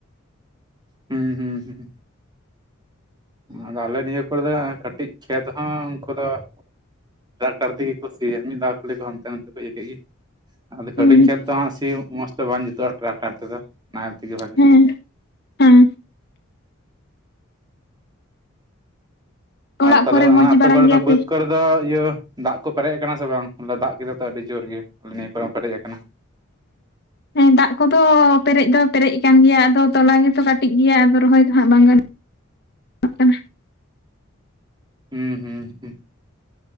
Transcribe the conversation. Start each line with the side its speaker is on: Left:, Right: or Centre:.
Right: ᱦᱩᱸ ᱦᱩᱸ ᱦᱩᱸ ᱾ ᱟᱫᱚ ᱟᱞᱮ ᱱᱤᱭᱟᱹ ᱠᱚᱨᱮ ᱫᱚ ᱠᱟᱹᱴᱤᱡ ᱠᱷᱮᱛ ᱦᱚᱸ ᱩᱱᱠᱩ ᱫᱚ ᱾ ᱴᱟᱠᱴᱟᱨ ᱛᱮᱜᱮ ᱠᱚ ᱥᱤᱭᱟ ᱢᱤᱫ ᱫᱷᱟᱣ ᱾ ᱠᱷᱟᱞᱤ ᱠᱚ ᱦᱟᱱᱛᱮ ᱱᱟᱛᱮ ᱠᱚ ᱤᱭᱟᱹ ᱠᱮᱜ ᱜᱮ ᱟᱫᱚ ᱦᱩᱰᱤᱧ
Left: ᱦᱮᱸ
Right: ᱠᱷᱮᱛ ᱫᱚ ᱦᱟᱸᱜ ᱥᱤ ᱦᱚᱸ ᱢᱚᱡᱽ ᱫᱚ ᱵᱟᱝ ᱡᱩᱛᱩᱜᱼᱟ ᱴᱨᱟᱠᱴᱟᱨ ᱛᱮᱫᱚ ᱱᱟᱦᱮᱞ ᱛᱮᱜᱮ ᱵᱷᱟᱜᱤ
Left: ᱦᱮᱸ
Right: ᱦᱩᱭᱩᱜᱼᱟ᱾
Left: ᱦᱮᱸ ᱚᱲᱟᱜ
Right: ᱟᱨ ᱛᱟᱦᱚᱞᱮ
Left: ᱠᱚᱨᱮ
Right: ᱚᱱᱟ
Left: ᱢᱚᱸᱡᱽ
Right: ᱟᱯᱮ
Left: ᱵᱟᱲᱟ
Right: ᱠᱚᱨᱮ
Left: ᱜᱮᱭᱟᱯᱮ
Right: ᱫᱚ ᱵᱟᱹᱫᱽ ᱠᱚᱨᱮ ᱟᱫᱚ ᱤᱭᱟᱹ ᱫᱟᱜ ᱠᱚ ᱯᱮᱨᱮᱡ ᱟᱠᱟᱱᱟ ᱥᱮ ᱵᱟᱝ ᱫᱟᱜ ᱠᱮᱫᱟ ᱛᱚ ᱟᱹᱰᱤ ᱡᱳᱨ ᱜᱮ ᱟᱞᱮ ᱱᱤᱭᱟᱹ ᱠᱚᱨᱮ ᱦᱚᱸ ᱯᱮᱨᱮᱡ ᱟᱠᱟᱱᱟ <inaudible>
Left: ᱦᱮᱸ ᱫᱟᱜ ᱠᱚᱫᱚ ᱯᱮᱨᱮᱡ ᱫᱚ ᱯᱮᱨᱮᱡ ᱟᱠᱟᱱ ᱜᱮᱭᱟ ᱟᱫᱚ ᱛᱚᱞᱟ ᱜᱮᱛᱚ ᱠᱟᱹᱴᱤᱡ ᱜᱮᱭᱟ ᱟᱫᱚ ᱨᱚᱦᱚᱭ ᱫᱚ ᱦᱟᱸᱜ ᱵᱟᱝ ᱜᱟᱱᱚᱜ ᱾ ᱚᱜ ᱠᱟᱱᱟ ᱾
Right: ᱦᱩᱸ ᱦᱩᱸ ᱦᱩᱸ ᱾